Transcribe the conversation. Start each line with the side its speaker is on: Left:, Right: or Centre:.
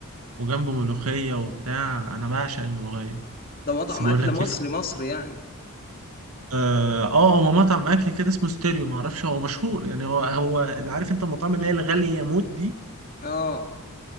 Right: وجنبه ملوخيه وبتاع انا بعشق الملوخيه
Left: ده مطعم
Right: بس بقول
Left: اكل
Right: لك
Left: مصري
Right: ايه في-
Left: مصري يعني
Right: اه آه، هو مطعم اكل كده اسمه ستيريو معرفش هو مشهور يعني هو هو اللي عارف انت المطاعم اللي هي الغاليه موت دي
Left: اه